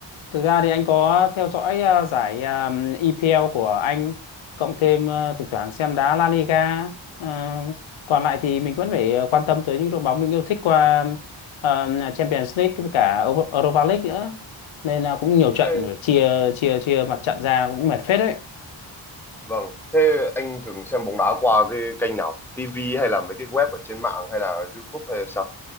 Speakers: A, on the left (about 80°); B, in the centre.
A: Thực ra thì anh có theo dõi ờ, giải ờm, EPL của Anh cộng thêm ờ, thỉnh thoảng xem đá La Liga. Ờ, còn lại thì mình vẫn phải ờ, quan tâm tới những đội bóng mình yêu thích qua ờm, Champions League với cả Euro- Europa League nữa. Nên là cũng nhiều trận
B: Thế,
A: chia chia chia mặt trận ra cũng mệt phết đấy.
B: vâng. Thế anh thường xem bóng đá qua cái kênh nào? TV hay là mấy cái web ở trên mạng hay là YouTube hay là sao?